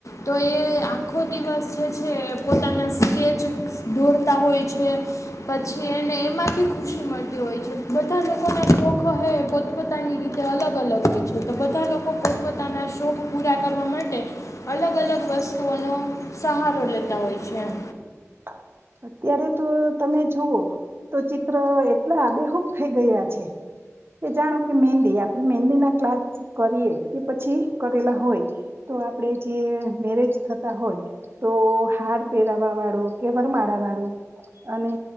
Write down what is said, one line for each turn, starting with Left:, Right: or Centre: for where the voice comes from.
Left: તો એ આખો દિવસ જે છે પોતાના સ્કેચ દોરતા હોય છે. પછી એને એમાંથી ખુશી મળતી હોય છે. બધા લોક કોના શોખ હોય પોતપોતાની રીતે અલગ અલગ હોય છે તો બધા લોકો પોતપોતાના શોખ પૂરા કરવા માટે અલગ અલગ વસ્તુઓનો સહારો લેતા હોય છે એમ.
Right: હા અત્યારે તો તમે જુઓ તો ચિત્ર એટલા આબેહૂબ થઈ ગયા છે કે જાણો કે મહેંદી આપણેે મહેંદી ના ક્લાસ કરીએ કે પછી કરેલા હોય તો આપડે જે મેરેજ થતા હોય તો હાર પહેરાવા વાળું કે વરમાળા વાળું અને